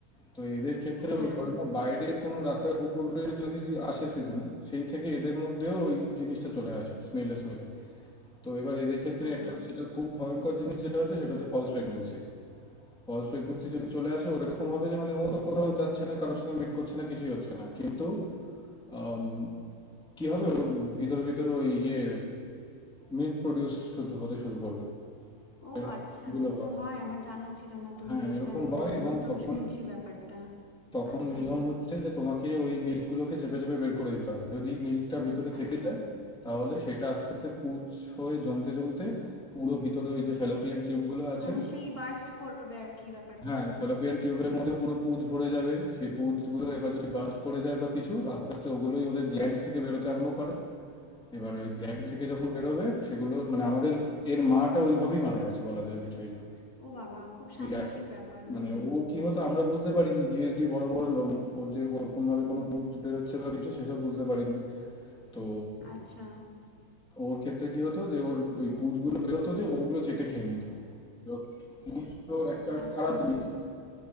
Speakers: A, in the centre; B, on the left.
A: তো এদের ক্ষেত্রে
B: হ্যাঁ
A: ওই ধরে না বাইরের কোনো রাস্তার কুকুরের যদি আসে সিজন সেই থেকে এদের মধ্যেও ওই জিনিসটা চলে আসে স্মেলে স্মেলে তো এবার এদের ক্ষেত্রে
B: হ্যাঁ
A: একটা সেটা খুব ভয়ঙ্কর জিনিস যেটা হচ্ছে সেটা হচ্ছে ফলস প্রেগন্যান্সি ফলস প্রেগন্যান্সি যদি চলে আসে ওরকম হবে যে মানে ও তো কোথাও যাচ্ছে না কারোর সাথে মিট করছে না কিছুই হচ্ছে না কিন্তু আম, কি হবে ওর ভিতরে ভিতরে ওই ইয়ে মিল্ক প্রডিউস হতে শুরু করবে
B: ও
A: এরকম
B: আচ্ছা
A: গুলো
B: এরকম
A: হয়
B: হয় আমার জানা ছিল না তুমি
A: হ্যাঁ
B: বললে
A: এরকম
B: আমি
A: হয়
B: মানে
A: এবং
B: প্রথম
A: তখন
B: শুনছি ব্যাপারটা
A: তখন
B: আচ্ছা
A: নিয়ম হচ্ছে যে তোমাকে ওই মিল্ক গুলোকে চেপে চেপে বের করে দিতে হবে যদি মিল্কটা ভিতরে থেকে
B: আচ্ছা
A: যায় তাহলে সেটা আস্তে আস্তে পুঁজ হয়ে জমতে জমতে পুরো ভিতরে ওই যে ফ্যালোপিয়ান টিউব গুলো আছে
B: মানে সেই বার্স্ট করবে আর কি ব্যাপারটা
A: হ্যাঁ, ফ্যালোপিয়ান টিউবের মধ্যে পুরো পুঁজ ভরে যাবে। সেই পুঁজগুলো এবার যদি বার্স্ট করে যায় বা কিছু আস্তে, আস্তে ওগুলোই ওদের গ্ল্যান্ড থেকে বেরোতে আরম্ভ করে। এবার ওই গ্ল্যান্ড থেকে যখন বেরোবে সেগুলো মানে আমাদের এর মাটা ওইভাবেই মারা গেছে বলা যায় লিটারেলি।
B: ও বাবা খুব সাংঘাতিক
A: এই এখন
B: ব্যাপার মানে
A: মানে ও কি হতো আমরা বুঝতে পারিনি। জিএসডি বড়, বড় লোম। ওর যে ওরকম ভাবে কোনো পুঁজ বেরোচ্ছে বা কিছু সেসব বুঝতে পারিনি। তো
B: আচ্ছা
A: ওর ক্ষেত্রে কি হতো যে ওর ওই পুঁজগুলো বেরোতো যে ওগুলো চেটে খেয়ে নিত। তো জিনিস তো একটা
B: আচ্ছা
A: খারাপ জিনিস।